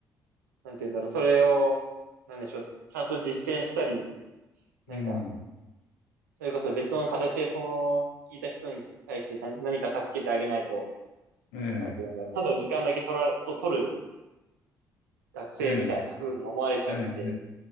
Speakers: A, on the right; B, on the left.
A: なんて言うんだろう、それを、なんでしょう、ちゃんと実践したり、なんか、
B: うん、
A: それこそ別の形でその、聞いた人に対して何何か助けてあげないと、
B: ええ、
A: なんて言うんだろう、ただ時間だけ取ら、と取る学生みたいな風に思われちゃうんで、
B: ええ、ええ、